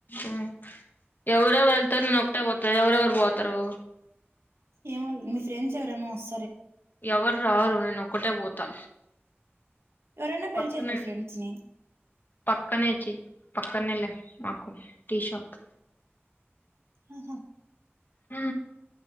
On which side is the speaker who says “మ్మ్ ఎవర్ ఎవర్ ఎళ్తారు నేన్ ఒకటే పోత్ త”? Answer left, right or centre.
Left